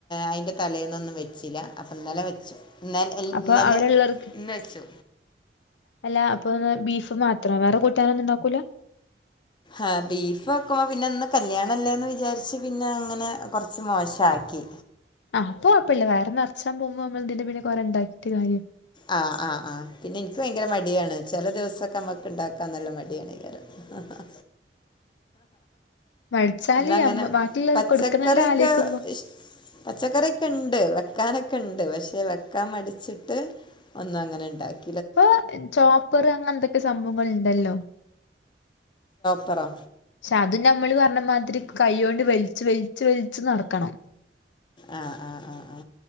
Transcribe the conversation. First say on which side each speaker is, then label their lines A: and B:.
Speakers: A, on the left; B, on the left.
A: അതിന്റെ തലേന്നൊന്നും വെച്ചില്ല അപ്പൊ ഇന്നലെ വെച്ചു ഇന്നലെ
B: അപ്പൊ
A: ഇന്നലെ
B: അവിടെ ഉള്ളവർക്ക്
A: ഇന്ന് വെച്ചു
B: അല്ല അപ്പൊ ബീഫ് ഇപ്പ മാത്രം വേറെ കിട്ടാനൊന് ഉണ്ടാക്കൂ കൂല
A: ആഹ് ബീഫ് വെക്കുമ്പോ പിന്നെ ഇന്ന് കല്യാണ അല്ലേന്ന് വിചാരിച്ചുപിന്നെ അങ്ങനെ കൊറച്ച് മോശക്കി
B: അപ്പോ കുഴപ്പമില്ല വയറ് നെറച്ച് പോകുമ്പോ നമ്മ ഇതിന്റെ പിന്നെ കൊറെ ഉണ്ടാക്കി ട്ട് കാര്യം
A: ആ ആ ആ പിന്നെ എനിക്ക് ഭയങ്കര മടിയാണ് ചില ദിവസൊക്കെ നമ്മുക്ക് ഇണ്ടാക്കാൻ നല്ല മടി യാ ഭയങ്കരം ആ ആ
B: മടിച്ചാൽ
A: ഇന്നങ്ങനെ
B: ഈ അമ് ബാക്കിയുള്ളോർക്ക്
A: പച്ചക്കറിയൊക്കെ
B: കൊടുക്കണല്ലോ ആലോചിക്കുമ്പോ
A: ഇഷ് പച്ചക്കറിയൊക്കെ ഉണ്ട് വെക്കാനൊക്കെ ഉണ്ട് പക്ഷേ വെക്കാൻ മടിച്ചിട്ട് ഒന്ന് അങ്ങനെ ഉണ്ടാക്കി
B: ഇപ്പൊ ചോപ്പറ് അങ്ങനെത്തെയൊക്കെ സംഭവങ്ങൾ ഉണ്ടല്ലോ
A: ചോപ്പറോ
B: പക്ഷെ അത് നമ്മള് പറഞ്ഞ മാതിരി കൈകൊണ്ട് വലിച്ച് വലിച്ച് വലിച്ച് നടക്കണം
A: ആ ആ ആ ആ ആ